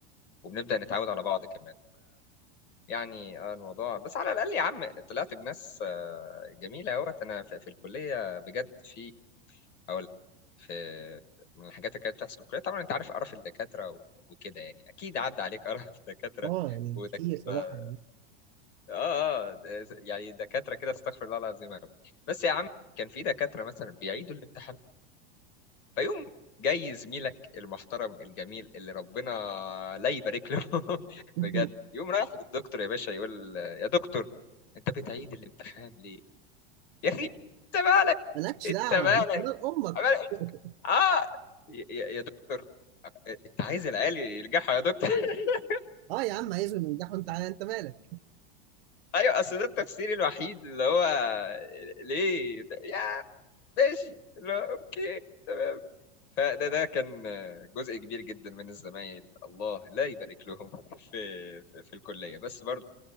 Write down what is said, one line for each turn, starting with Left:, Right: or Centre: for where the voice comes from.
Left: وبنبدأ نتعود على بعض كمان يعني آه، الموضوع بس على الأقل يا عم طلعت بناس آه، جميلة أهوت أنا في, في الكلية بجد في أقول في من الحاجات اللي كانت بتحصل في الكلية طبعا أنت عارف قرف الدكاترة و- وكده يعني أكيد عدى عليك قرف <laughs> دكاترة
Right: اه يعني
Left: ودكاترة
Right: كتير صراحة
Left: آه
Right: يعني
Left: آه د- يعني دكاترة كده استغفر الله العظيم يا رب بس يا عم كان في دكاترة مثلا بيعيدوا الامتحان فيقوم جاي زميلك المحترم الجميل اللي ربنا لا يبارك له <laughs>
Right: <laughs>
Left: بجد يقوم رايح للدكتور يا باشا يقول يا دكتور انت بتعيد الامتحان ليه يا اخي انت مالك
Right: مالكش
Left: انت
Right: دعوة
Left: مالك
Right: انت مال امك
Left: عمال يقول
Right: <laughs>
Left: اه يا يا- يا دكتور انت عايز العيال ينجحوا يا دكتور <laughs>
Right: اه يا عم عايزهم ينجحوا انت انت مالك
Left: ايوه اصل ده التفسير الوحيد اللي هو ليه يا ماشي اللي هو اوكي تمام فده ده كان جزء كبير جدا من الزمايل الله لا يبارك لهم <laughs> في في, في الكليه بس برضو